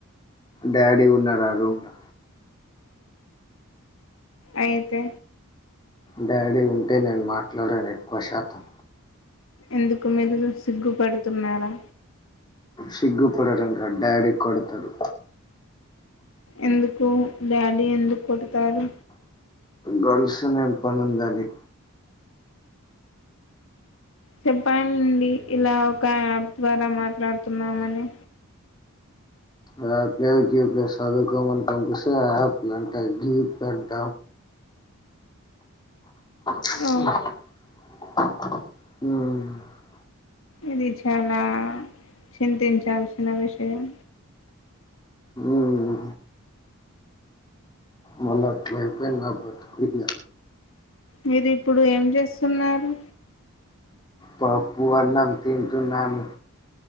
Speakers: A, on the left (about 20°); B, on the left (about 60°).
A: డాడీ ఉన్నారు ఆ రూమ్ లో
B: అయితే
A: డాడీ ఉంటే నేను మాట్లాడను ఎక్కువ శాతం
B: ఎందుకు మీరు సిగ్గుపడుతున్నారా
A: సిగ్గుపడటం గాదు డాడీ కొడతారు
B: ఎందుకు డాడీ ఎందుకు కొడతారు
A: గర్ల్స్ నేమ్ పని ఉందని
B: చెప్పాండి ఇలా ఒక యాప్ ద్వారా మాట్లాడుతున్నామని
A: యాప్ లేదు గీప్ లేదు చదువుకోమని పంపిస్తే యాప్ల్ అంట గీప్ల్ అంట ఆ
B: ఓ
A: <inaudible> మ్మ్
B: ఇది చాలా చింతించాల్సిన విషయం
A: ఉమ్. మళ్ళీ అట్లా అయిపోయింది నా బతుకు ఇంగ
B: మీరు ఇప్పుడు ఏం చేస్తున్నారు
A: పప్పు అన్నం తింటున్నాను